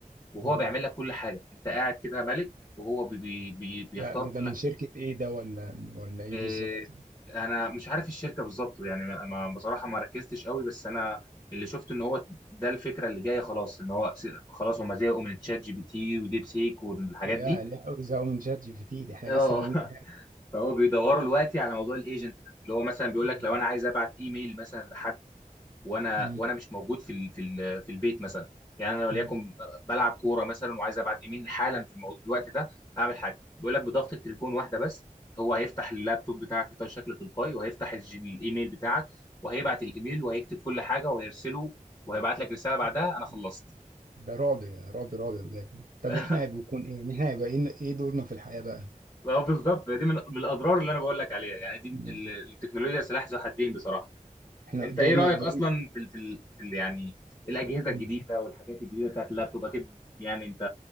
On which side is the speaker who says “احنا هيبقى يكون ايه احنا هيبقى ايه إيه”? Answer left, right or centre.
Right